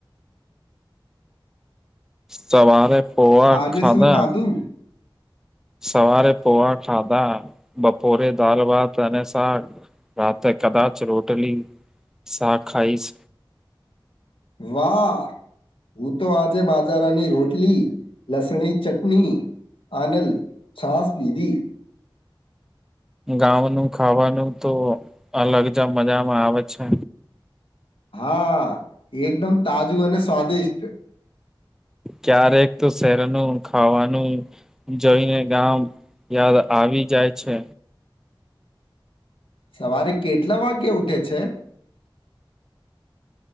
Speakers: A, in the centre; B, on the left.
A: સવારે પોવા
B: આજે
A: ખાધા.
B: શું ખાધું
A: સવારે પોહા ખાધા બપોરે દાલ ભાત અને શાક. રાતેે કદાચ રોટલી શા ખાઈશ.
B: વાહ. હું તો આજે બાજારાની રોટલી લસણી ચટણી. અનલ છાશ પીઘી.
A: ગાંવ નુ ખાવાનું તો અલગ જ મજામાં આવે છે.
B: હા એકદમ તાજું અને સ્વાદિષ્ટ.
A: ક્યારેક તો શહેરનું ખાવાનું. જોઈને ગામ યાદ આવી જાય છે.
B: સવારે કેટલા વાગ્યે ઉઠે છે.